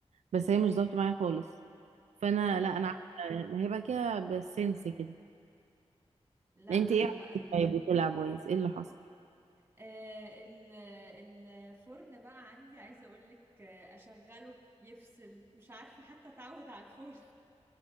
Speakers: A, on the right; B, on the right.
A: بس هي مش ضابطه معايا خالص فانا
B: ايوه
A: لا
B: بجد
A: انا عارفة، ما هي بعد كده بالسنس كده
B: لا انا
A: انت ايه عملتي
B: بقى
A: طيب وطلع بايظ ايه اللي حصل
B: آه، ال- الفرن بقى عندي عايزة أقولك آه، أشغله يفصل مش عارفة حتى أتعود على الفرن